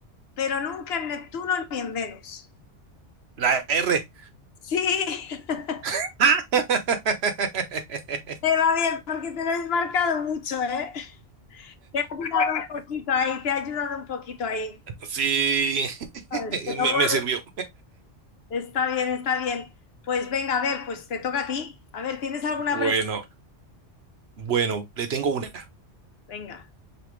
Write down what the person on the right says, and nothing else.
La R.
<laughs>
Sí, <laughs>
me,
me sirvió.
Bueno,
bueno, le tengo una.